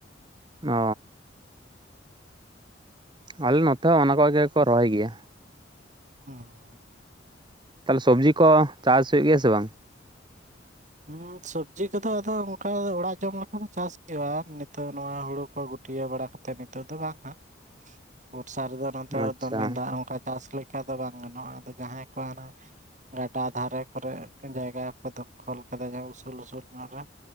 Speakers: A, on the right; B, on the right.
A: ᱚ ᱟᱞᱮ ᱱᱚᱛᱮ ᱦᱚᱸ ᱚᱱᱟ ᱠᱚᱜᱮᱠᱚ ᱨᱚᱦᱚᱭ ᱜᱮᱭᱟ
B: ᱦᱩ
A: ᱛᱟᱦᱚᱞᱮ ᱥᱚᱵᱽᱡᱤ ᱠᱚ ᱪᱟᱥ ᱦᱩᱭᱩᱜ ᱜᱮᱭᱟ ᱥᱮ ᱵᱟᱝ
B: ᱦᱩᱸ ᱥᱚᱵᱽᱡᱤ ᱠᱚᱫᱚ ᱟᱫᱚ ᱚᱱᱠᱟ ᱚᱲᱟᱜ ᱡᱚᱢ ᱞᱮᱠᱟ ᱫᱚ ᱪᱟᱥ ᱦᱩᱭᱩᱜᱼᱟ ᱱᱤᱛᱚᱜ ᱱᱚᱣᱟ ᱦᱩᱲᱩ ᱠᱚ ᱜᱩᱴᱭᱟᱹ ᱵᱟᱲᱟ ᱠᱟᱛᱮ ᱱᱤᱛᱚᱜ ᱫᱚ ᱵᱟᱝᱼᱟ ᱵᱚᱨᱥᱟ ᱨᱮᱫᱚ ᱱᱚᱛᱮ
A: ᱟᱪᱪᱷᱟ
B: ᱫᱚᱢᱮ ᱫᱟᱜ ᱚᱱᱠᱟ ᱪᱟᱥ ᱞᱮᱠᱟ ᱫᱚ ᱵᱟᱝ ᱜᱟᱱᱚᱜᱼᱟ ᱟᱫᱚ ᱡᱟᱦᱟᱸᱭ ᱠᱚ ᱦᱟᱱᱟ ᱜᱟᱰᱟ ᱫᱷᱟᱨᱮ ᱠᱚᱨᱮ ᱡᱟᱭᱜᱟ ᱠᱚ ᱫᱚᱠᱷᱚᱞ ᱟᱠᱟᱫᱟ ᱡᱟ ᱩᱥᱩᱞ ᱩᱥᱩᱞ ᱚᱱᱟ ᱨᱮ